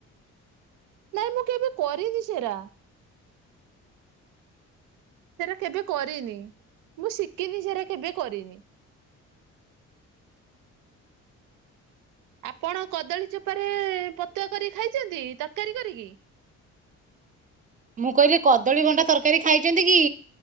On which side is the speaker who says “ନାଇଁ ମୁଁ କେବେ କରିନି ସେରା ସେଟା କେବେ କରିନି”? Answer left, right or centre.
Right